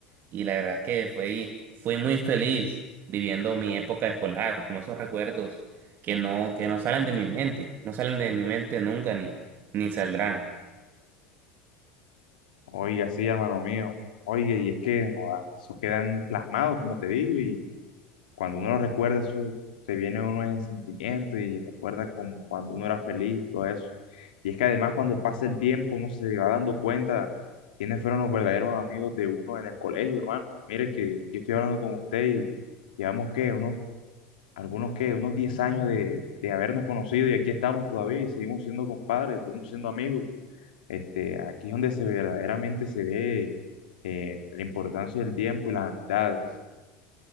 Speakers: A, on the right (about 45°); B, on the left (about 70°).
A: y la verdad es que fui, fui muy feliz viviendo mi época escolar, como esos recuerdos que no, que no salen de mi mente, no salen de mi mente nunca ni, ni saldrán.
B: Oye, así, hermano mío, oye, y es que joda, eso quedan plasmados, como te digo, y cuando uno lo recuerda, eso se viene a uno en sentimiento y recuerda como cuando uno era feliz y todo eso. Y es que además cuando pasa el tiempo, uno se va dando cuenta quiénes fueron los verdaderos amigos de uno en el colegio, hermano. Mire que aquí estoy hablando con usted y llevamos, que Unos algunos que unos 10 años de, de habernos conocido y aquí estamos todavía y seguimos siendo compadres, seguimos siendo amigos. Este, aquí es donde se verdaderamente se ve eh, la importancia del tiempo y las amistades.